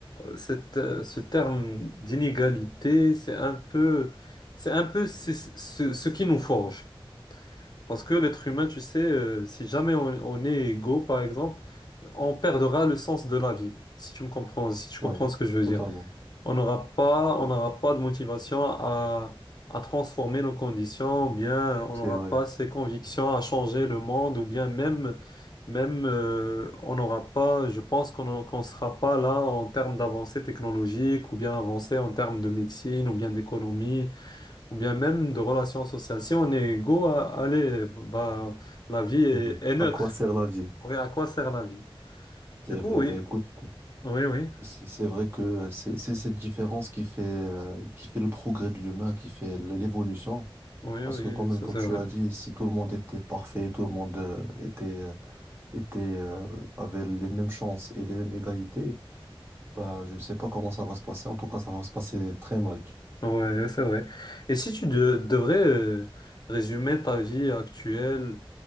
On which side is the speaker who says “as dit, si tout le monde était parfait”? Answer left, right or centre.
Right